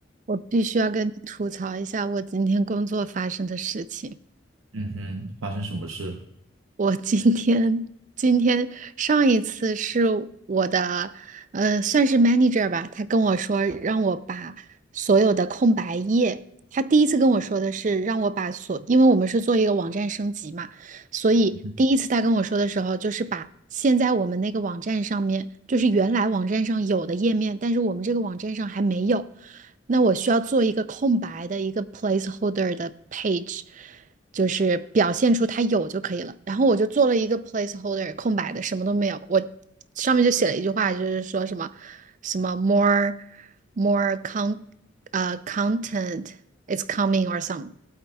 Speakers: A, on the right; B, on the right.
A: 我必须要跟你吐槽一下我今天工作发生的事情。
B: 嗯哼，发生什么事了
A: 我今天今天上一次是我的，呃，算是 manager 吧，他跟我说让我把所有的空白页，他第一次跟我说的是让我把所，因为我们是做一个网站升级嘛，所以第一次他跟我说的时候，
B: 嗯哼，
A: 就是把现在我们那个网站上面，就是原来网站上有的页面，但是我们这个网站上还没有，那我需要做一个空白的一个 placeholder 的 page。就是表现出它有就可以了。然后我就做了一个 placeholder 空白的，什么都没有。我上面就写了一句话，就是说什么什么 more more con 呃、uh, content is coming or some